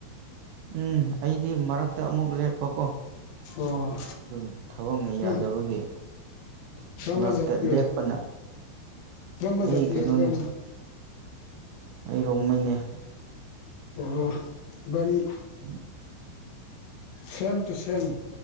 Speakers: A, on the right; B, on the left.
A: ꯎꯝ ꯑꯩꯗꯤ ꯃꯔꯛꯇ ꯑꯃꯨꯛ ꯂꯦꯞꯄꯀꯣ
B: ꯑꯣ
A: ꯑꯗꯨꯅ ꯊꯕꯛꯅ
B: ꯑ
A: ꯌꯥꯗꯕꯒꯤ
B: ꯀꯔꯝꯕ
A: ꯃꯔꯛꯇ
B: ꯖꯥꯇꯤ ꯑꯣꯏ
A: ꯂꯦꯞꯄꯅ
B: ꯀꯔꯝꯕ
A: ꯑꯩ
B: ꯖꯥꯇꯤ
A: ꯀꯩꯅꯣꯅꯦ
B: ꯑꯣꯏꯕ꯭ꯔꯥ ꯅꯪ
A: ꯑꯩ ꯔꯣꯡꯃꯅꯦ
B: ꯑꯣ ꯅꯤ
A: ꯎꯝ
B: ꯁꯦꯝꯦꯝ ꯇꯨ ꯁꯦꯝꯝ